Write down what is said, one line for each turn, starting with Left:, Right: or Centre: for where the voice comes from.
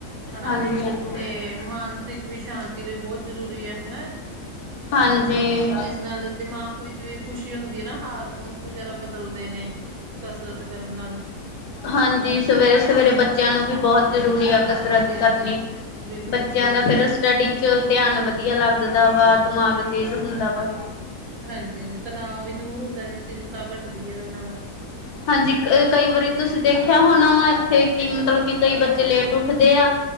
Right: ਹਨਾ,
Left: ਹਾਂਜੀ-ਹਾਂਜੀ,
Right: ਤੇ ਮਾਨਸਿਕ ਵੀ ਸ਼ਾਂਤੀ ਲਈ ਬਹੁਤ ਜ਼ਰੂ ਰੀ ਏ ਹਨੇ,
Left: ਹਾਂਜੀ।
Right: ਇਸ ਨਾਲ ਦਿਮਾਗ ਵਿੱਚ ਵੀ ਖੁਸ਼ੀ ਹੁੰਦੀ ਏ ਨਾ। ਹਾਰਮੋਨਸ ਵਗੈਰਾ ਬਦਲਦੇ ਨੇ। ਕਸਰਤ ਕਰਨ ਨਾਲ
Left: ਹਾਂਜੀ,
Right: ਹਨਾ
Left: ਸਵੇਰੇ-ਸਵੇਰੇ ਬੱਚਿਆਂ ਨੂੰ ਵੀ ਬਹੁਤ ਜ਼ਰੂਰੀ ਆ ਕਸਰਤ
Right: ਹਾਂਜੀ ਹਾਂਜੀ
Left: ਕਰਨੀ।
Right: ਬਿਲਕੁਲ
Left: ਬੱਚਿਆਂ
Right: ਜੀ।
Left: ਦਾ ਫਿਰ ਸਟੱਡੀ ਚ ਧਿਆਨ ਵਧੀਆ ਲੱਗਦਾ ਵਾ ਦਿਮਾਗ ਤੇਜ਼ ਹੁੰਦਾ ਵਾ।
Right: ਹਾਂਜੀ-ਹਾਂਜੀ, ਤਣਾਅ ਵੀ ਦੂਰ ਹੁੰਦਾ ਜੀ। ਚਿੰਤਾ ਘੱਟਦੀ ਏ ਏਦੇ ਨਾਲ।
Left: ਹਾਂਜੀ, ਅਹ ਕਈ ਵਾਰੀ ਤੁਸੀਂ ਦੇਖਿਆ ਹੋਣਾ ਵਾ ਇੱਥੇ ਕਿ ਮਤਲਬ ਕਿ ਕਈ ਬੱਚੇ ਲੇਟ ਉੱਠਦੇ ਆ।